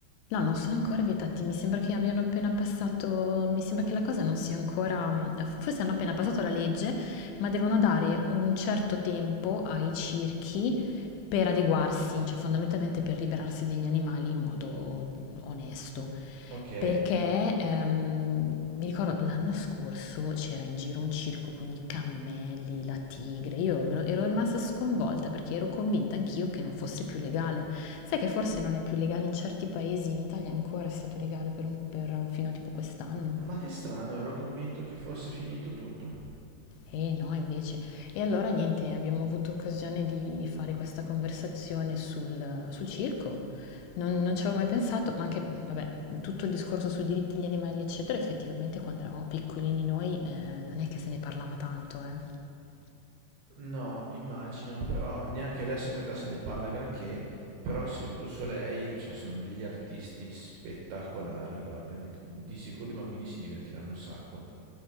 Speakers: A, on the left; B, on the right.
A: No, non sono ancora vietati, mi sembra che abbiano appena passato, mi sembra che la cosa non sia ancora, forse hanno appena passato la legge, ma devono dare un certo tempo ai circhi per adeguarsi, cioè fondamentalmente per liberarsi degli animali in modo onesto.
B: Ok.
A: Perché ehm, mi ricordo l'anno scorso c'era in giro un circo con i cammelli, la tigre. Io me lo- ero rimasta sconvolta perché ero convinta anch'io che non fosse più legale. Sai che forse non è più legale in certi paesi, in Italia ancora è stato legale per un- per- fino a tipo quest'anno.
B: Ma che strano, ero convinto che fosse finito tutto.
A: Eh no, invece. E allora niente, abbiamo avuto occasione di fare questa conversazione sul, sul circo. Non, non ci avevo mai pensato, ma anche, vabbè, tutto il discorso sui diritti degli animali, eccetera, effettivamente quando eravamo piccolini noi eh, non è che se ne parlava tanto, eh.
B: No, immagino, però neanche adesso in realtà se ne parla granché, però Cirque du Soleil, cioè sono degli artisti spettacolari, guarda, di sicuro i bambini si divertiranno un sacco.